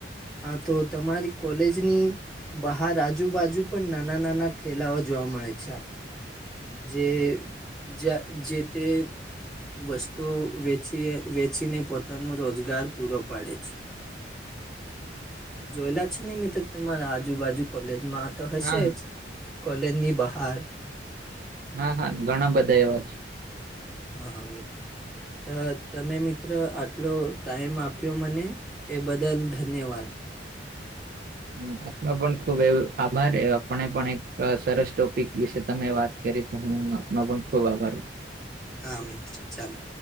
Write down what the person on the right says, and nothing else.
હા
હા હા ઘણા બધા એવા છે.
હમ્મ આપનો પણ ખુબ એવ આભાર એ આપને પણ એક સરસ ટોપિક વિશે તમે વાત તે રે તો હું આપનો પણ ખૂબ આભાર.